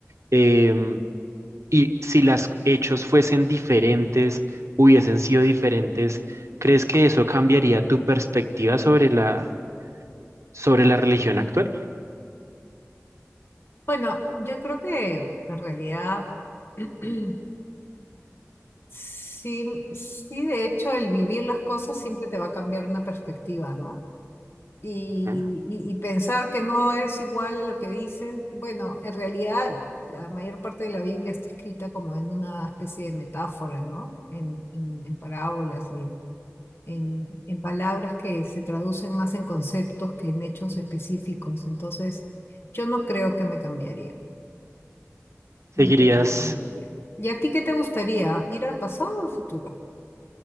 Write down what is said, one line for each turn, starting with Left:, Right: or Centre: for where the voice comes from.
Right: em, y si los hechos fuesen diferentes, hubiesen sido diferentes, ¿crees que eso cambiaría tu perspectiva sobre la, sobre la religión actual?
Left: Bueno, yo creo que en realidad <clears throat> sí, sí, de hecho, el vivir las cosas siempre te va a cambiar una perspectiva, ¿no? y,
Right: Ujú.
Left: y- y pensar que no es igual a lo que dicen, bueno, en realidad la mayor parte de la Biblia está escrita como en una especie de metáfora, ¿no? En, en- en parábolas, y en, en palabras que se traducen más en conceptos que en hechos específicos. Entonces, yo no creo que me cambiaría.
Right: Seguirías.
Left: No creo que me cambiaría. ¿Y a ti qué te gustaría? ¿Ir al pasado o al futuro?